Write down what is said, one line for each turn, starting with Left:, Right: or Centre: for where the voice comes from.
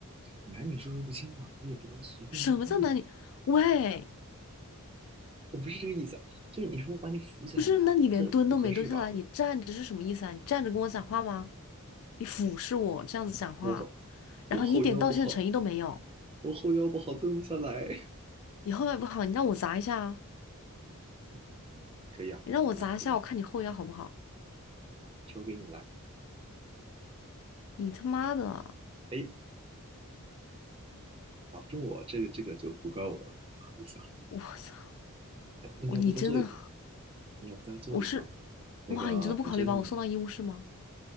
Right: 男女授受不亲嘛，我也不能随便摸你，
Left: 什么叫男女？喂，
Right: 我不是这个意思，就是你说我把你扶起来嘛，
Left: 不是，那你连蹲都没蹲下来，
Right: 这不合适吧？
Left: 你站着是什么意思啊？你站着跟我讲话吗？你俯视我这样子讲话，
Right: 我
Left: 然后你一点道歉的诚意都没有，
Right: 我后腰不好，我后腰不好，蹲不下来。<laughs>
Left: 你后腰不好，你让我砸一下啊！
Right: 嗯，可以啊，
Left: 你让我砸一下，
Right: 来给你，
Left: 我看你后腰好不好？
Right: 球给你来。
Left: 你他妈的，
Right: 哎，打不中我，这个这个就不怪我了，不好意思啊。
Left: 我操！
Right: 哎，那你要不再坐一会儿？
Left: 我你真的，
Right: 你要不再坐一会儿？
Left: 我是，
Right: 那个，
Left: 哇！你真的不考虑把我送到医务室吗？
Right: 反正